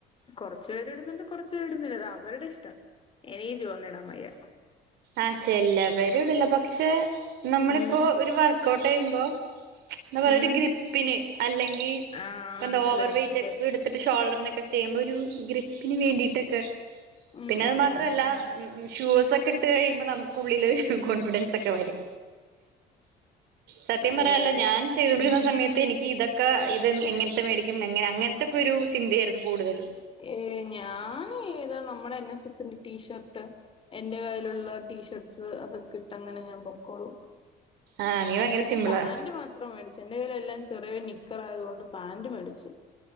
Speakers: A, on the left; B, on the right.
A: കുറച്ച പേര് ഇടുന്നുണ്ട് കുറച്ചു പേര് ഇടുന്നില്ല അത് അവരുടെ ഇഷ്ടം ഇനിക് ഷൂവൊന്നുടാവയ്യ
B: ആഹ് ചെല്ല പരിടില്ല പക്ഷെ നമ്മളിപ്പോ
A: ഉം
B: ഒരു വർക്ക് ഔട്ട് യുബോ എന്താ പറയ
A: ഉം
B: ഒരു ഗ്രിപ്പിന് അല്ലെങ്കി
A: ആഹ്
B: ഇപ്പൊ എന്താ
A: മനസ്സിലായി
B: ഓവർ വെയ്റ്റ്
A: മനസ്സിലായി
B: ഒക്കെ ഇട്ത്തിട്ട് ഷോൾഡർനെ ഒക്കെ ചെയ്യുമ്പോൾ ഒരു ഗ്രിപ്പിന് വേണ്ടിയിട്ടൊക്കെ
A: ഉം
B: പിന്നെ അത്
A: ഉം
B: മാത്രല്ല
A: ഉം ഉം ഉം
B: ഷൂസെ ഇ കഴിയുമ്പോ നമുക്ക ഉുള്ളിൽൊ ഒരു കോൺഫിഡൻസ് ഒക്കെ വരും സത്യം പറല്ല
A: അതെ അതെ
B: ഞാൻ ചെയ്തൊണ്ടിരുന്ന
A: ഉം
B: സമയത്ത് എനിക്ക് ഇതൊക്കെ ഒക്കെ ഇത് എങ്ങനത്തെ മേടിക്കുംങ്ങ അങ്ങനത്തെൊക്കെ ഒരു ചിന്തയായിരുന്നു കൂടുതലും
A: ഏ ഞാനത് നമ്മുടെ ന്റെ ടീഷർട്ട് എന്റെ കയ്യിലുള്ള ടീഷർട്സ് അതൊക്കെ ഇട്ടങ്ങനെ ഞാൻ പൊക്കോളു
B: ആഹ് നീ ഭയങ്കര
A: പിന്നെ
B: സിമ്പിളാ
A: പാന്റ് മാത്രം മേടിച്ചു എന്റെ കയ്ൽ എല്ലാം ചെറിയ നിക്കറ ആയത് കൊൊണ്ട് പാാന്റ മേടിച്ചു